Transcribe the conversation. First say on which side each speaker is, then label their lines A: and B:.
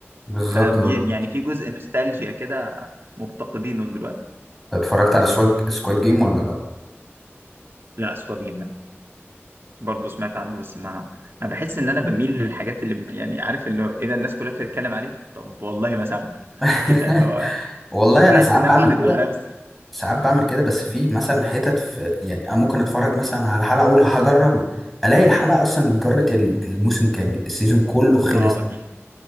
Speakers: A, in the centre; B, on the right.
A: بالظبط
B: فبي
A: اه
B: يعني في جزء نوستالجيا كده مفتقدينه دلوقتي
A: أنت اتفرجت على سواج سكواد جيم ولا لا
B: لا سوابين لا برضه سمعت عنه بس ما انا بحس ان انا بميل للحاجات اللي يعني عارف اللي هو ايه ده الناس كلها بتتكلم عليه طب والله ما سامع
A: <laughs>
B: كده اللي هو
A: والله
B: بحس
A: انا ساعات
B: ان
A: بعمل
B: انا بعند
A: كده
B: مع نفسي
A: ساعات بعمل كده بس في مثلا حتت في يعني انا ممكن اتفرج مثلا على حلقه اقول هجربه الاقي الحلقه اصلا جرت ال- الموسم كامل السيزون كله خلص
B: اه دي